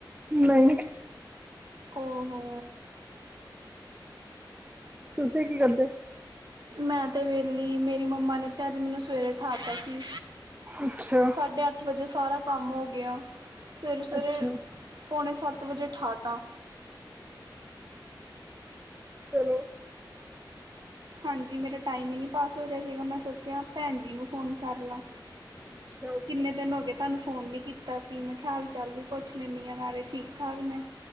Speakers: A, on the right; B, on the right.
A: ਨਹੀਂ
B: ਓ ਹੋੋ
A: ਤੁਸੀਂ ਕੀ ਕਰਦੇ
B: ਮੈਂ ਤੇ ਵੇਲੀ ਮੇਰੀ ਮੰਮਾ ਨੇ ਤੇ ਅੱਜ ਮੈਨੂੰ ਸਵੇਰੇ ਉਠਾ ਦਿਤਾ ਸੀ
A: ਅੱਛਾ
B: ਸਾਢੇ ਅੱਠ ਵਜੇ ਸਾਰਾ ਕੰਮ ਹੋ ਗਿਆ ਸਵੇਰੇ- ਸਵੇਰੇ
A: ਅੱਛਾ
B: ਪੌਣੇ ਸੱਤ ਵਜੇ ਠਾ ਤਾਂ
A: ਚਲੋ
B: ਹਾਂਜੀ। ਮੇਰਾ ਟਾਈਮ ਈ ਨੀ ਪਾਸ ਹੋ ਰਿਆ ਸੀਗਾ। ਮੈਂ ਸੋਚਿਆ ਭੈਣ ਜੀ ਨੂੰ ਫੋਨ ਕਰ ਲਾਂ।
A: <inaudible>
B: ਕਿੰਨੇ ਦਿਨ ਹੋ ਗੇ ਤਾਨੂੰ ਫੋਨ ਨੀ ਕੀਤਾ ਸੀ। ਮੈਂ ਕਿਹਾ ਹਾਲ ਚਾਲ ਵੀ ਪੁੱਛ ਲੈਣੀ ਆ ਨਾਲੇ ਠੀਕ ਠਾਕ ਨੇ।